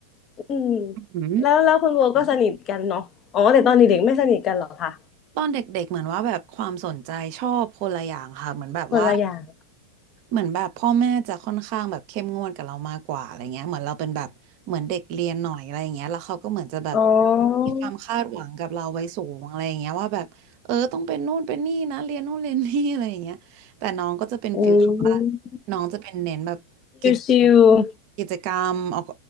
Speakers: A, on the left; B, on the right.
A: อืม
B: อืม
A: แล้วแล้วคุณบัวก็สนิทกันเนาะอ๋อ แต่ตอนเด็กๆไม่สนิทกันเหรอคะ
B: ตอนเด็กๆ เหมือนว่าแบบความสนใจชอบคนละอย่างค่ะเหมือนแบบว่า
A: คนละอย่าง
B: เหมือนแบบพ่อแม่จะค่อนข้างแบบเข้มงวดกับเรามากกว่าอะไรเงี้ยเหมือนเราเป็นแบบเหมือนเด็กเรียนหน่อยอะไรเงี้ยแล้วเขาก็เหมือนจะแบบ
A: อ๋อ
B: มีความคาดหวังกับเราไว้สูงอะไรเงี้ยว่าแบบเออต้องเป็นนู่นเป็นนี่นะเรียนนู่นเรียนนี่อะไรเงี้ยแต่น้องก็จะเป็นฟีลแบบว่า
A: อืม
B: น้องจะเป็นเน้นแบบกิจ
A: ชิวๆ
B: กิจกรรมออก